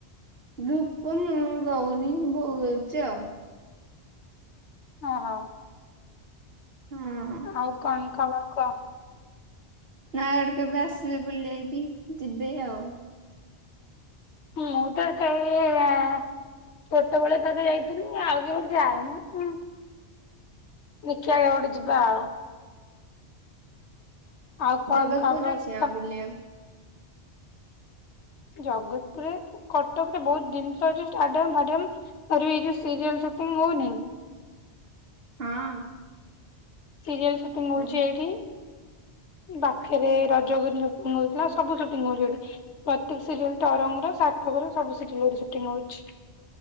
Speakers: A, on the right (about 60°); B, on the left (about 80°).
A: ଧୂପ ମୁଁ ଦଉନି, ବୋଉ ଦେଉଚି ଆଉ।
B: ଓହୋ।
A: ହଁ।
B: ଆଉ କଇଁ ଖବର କଣ?
A: ନୟାଗଡ଼ କେବେ ଆସିବେ ବୁଲେଇକି, ଯିବେ ଆଉ।
B: ମୁଁ ପା କାଲି ଵା ବା। କେତେବେଳେ ଥରେ ହେଇଥିଲି ଆଉକେମିତି ଆଣି ସି। ଦେଖିବା କେବେ ଗୋଟେ ଯିବା ଆଉ। ଆଉ କନ
A: ଜଗତପୁରରେ
B: ଖବର
A: ଅଛି
B: ତମ?
A: ଆଉ ବୁଲିବାକୁ।
B: ଜଗତପୁରରେ କଟକରେ ବହୁତ ଜିନିଷ ଅଛି, ଷ୍ଟାଡିୟମ୍ ଫାଡିୟମ। ଆରେ ଏ ଯୋଉ ସିରିୟେଲ୍ ସୁଟିଂଙ୍ଗି ହଉନି।
A: ହଁ।
B: ସିରିଏଲ୍ ସୁଟିଂଙ୍ଗି
A: ହଁ
B: ହଉଚି ଏଇଠି। ବାଖେରେ ରଜକୁଇନୀ ଶୁଟିଂଙ୍ଗି ହଉଥିଲା ସବୁ ସୁଟିଂଙ୍ଗି ହଉଛି ଏଠି। ପ୍ରତ୍ୟେକେ ସିରିଏଲ୍ ତରଙ୍ଗ ର ସାଥକ ର ସବୁ ସିରିଏଲ୍ ଶୁଟିଂଙ୍ଗ୍ ହଉଚି।